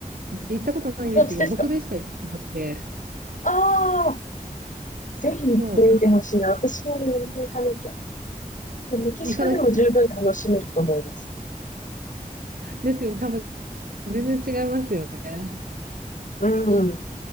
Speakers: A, on the right (about 85°); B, on the left (about 60°).
A: 私行ったことないんですよ。
B: あ本当ですか
A: 北米しか行ってなくて。
B: ああぜひ行ってみてほしいな。
A: そう、か
B: 私もね、南米行かなきゃ。でメキシコでも十分楽しめると思います。
A: 行かなきゃ。ですよね。多分全然違いますよね。
B: うん、